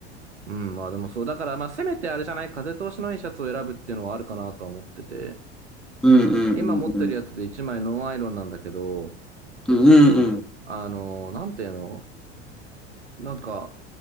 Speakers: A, on the right; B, in the centre.
A: うん、まあでもそう、だからまあせめてあれじゃない、風通しのいいシャツを選ぶっていうのはあるかなとは思ってて。
B: うんうんうんうん。
A: 今持ってるやつで一枚ノンアイロンなんだけど、
B: うんうんうん。
A: あのー、なんていうのなんか、